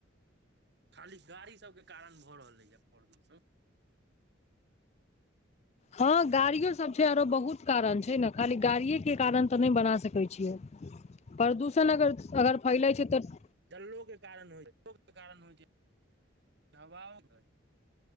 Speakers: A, on the right; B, on the left.
A: खाली गाड़ी सबके कारण भऽ रहलैया प्रदूषण।
B: हँ गाड़ियो सब छै आरो बहुत कारण छै, ने खाली गाड़िये के कारण तऽ नहि बना सकैत छियै। प्रदूषण अगर- अगर फैलैत छै तऽ
A: जललोके कारण हो कारण होइ छै हवा <unintelligible>